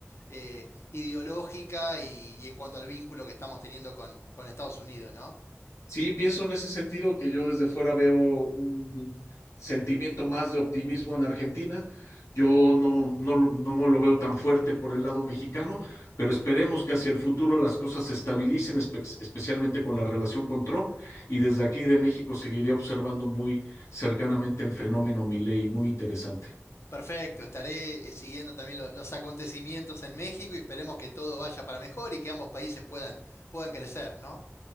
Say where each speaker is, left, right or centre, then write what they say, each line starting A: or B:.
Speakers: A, on the left; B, on the left.
A: eh, ideológica y, y en cuanto al vínculo que estamos teniendo con, con Estados Unidos, ¿no?
B: Sí, pienso en ese sentido que yo desde fuera veo un sentimiento más de optimismo en Argentina. Yo no, no, no lo veo tan fuerte por el lado mexicano, pero esperemos que hacia el futuro las cosas se estabilicen, espe- especialmente con la relación con Trump. Y desde aquí de México seguiré observando muy cercanamente el fenómeno Milei, muy interesante.
A: Perfecto, estaré eh, siguiendo también lo- los acontecimientos en México y esperemos que todo vaya para mejor y que ambos países puedan, puedan crecer, ¿no?